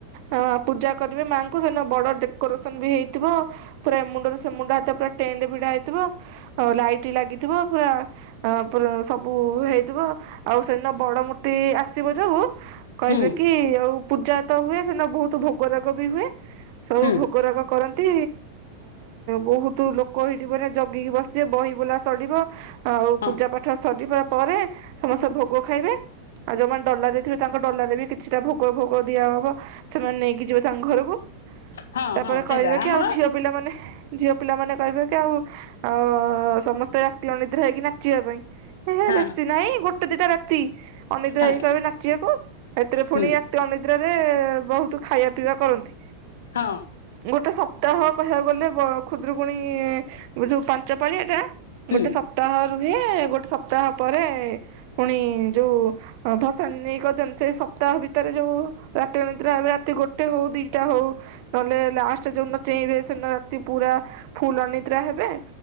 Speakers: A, on the right; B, on the left.
A: ହ ପୂଜା କରିବେ ମାଆଙ୍କୁ, ସେଦିନ ବଡ ଡେକୋରେସନ ବି ହେଇଥିବ। ପୁରା ଏମୁଣ୍ଡରୁ ସେ ସେ ମୁଣ୍ଡା ହାତେ ପୁରା ଟେଣ୍ଟ ଭିଡା ହେଇଥିବ, ଆଉ ଲାଇଟ୍ ଲାଗିଥିବ ପୁରା ଆ ପୁର ସବୁ ହେଇଥିବ। ଆଉ ସେଦିନ ବଡ ମୂର୍ତ୍ତି ଆସିବ ଯୋଉ କହିବେ
B: ହୁଁ
A: କି, ଆଉ ପୂଜା ତ ହୁଏ ସେ ଦିନ ବୋହୁତ୍ ଭୋଗ ରାଗ ବି ହୁଏ। ସବୁ
B: ହୁଁ
A: ଭୋଗରାଗ କରନ୍ତି ବୋହୁତ୍ ଲୋକ ହେଇଠି ମାନେ ଜଗିକି ବସିଥିବେ ବହି ବୁଲା ସଡିବ ଆଉ
B: ହଁ
A: ପୂଜା ପାଠ ସରିବା ପରେ ସମସ୍ତେ ଭୋଗ ଖାଇବେ ଆଉ ଯୋଉମାନେ ଡଲା ଦେଇଥିବେ ତାଙ୍କ ଡଲାରେ ବି କିଛିଟା ଭୋଗ ଭୋଗ ଦିଆହବ ସେମାନେ ନେଇକି ଯିବେ ତାଙ୍କ ଘରକୁ।
B: ହଁ
A: ତାପରେ
B: ହଁ ସେଇଟା
A: କହିବେ
B: ଆମର
A: କି ଆଉ ଝିଅ ପିଲାମାନେ ଝିଅ ପିଲା ମାନେ କହିବେ କି ଆଉ ଆ ସମସ୍ତେ ରାତି ଅନିଦ୍ରା ହେଇକି ନାଚିବା ପାଇଁ। ହେ ହେ,
B: ହଁ
A: ବେଶୀ ନାହିଁ ଗୋଟେ ଦିଟା ରାତି ଅନିଦ୍ରା
B: ହଁ ହଁ
A: ହେଇକି କହିବେ ନାଚିବାକୁ, ହେଥିରେ ପୁଣି
B: ହୁଁ
A: ରାତି ନିିଦ୍ରାରେ ବହୁତୁ ଖାଇବା ପିଇବା କରନ୍ତି।
B: ହଁ।
A: ଗୋଟେ ସପ୍ତାହ କହିବାକୁ ଗଲେ, ବ ଖୁଦୁରୁକୁଣୀ ଯୋଉ ପାଞ୍ଚ ପାଳି ଏଟା
B: ହୁଁ
A: ଗୋଟେ ସପ୍ତାହ ରୁହେ ଗୋଟେ ସପ୍ତାହ ପରେ ପୁଣି ଯୋଉ ହଁ ଭସାଣି ନେଇ କରିଦିଅନ୍ତି। ସେଇ ସପ୍ତାହ ଭିତରେ ଯୋଉ ରାତି ଅନିଦ୍ରା ହେବେ ରାତି ଗୋଟେ ହଉ, ଦିଟା ହଉ ନହେଲେ ଲାଷ୍ଟ ଯୋଉ ଦିନ ଚେଇଁବେ ସେ ଦିନ ରାତି ପୁରା ଫୁଲ୍ ଅନିଦ୍ରା ହେବେ।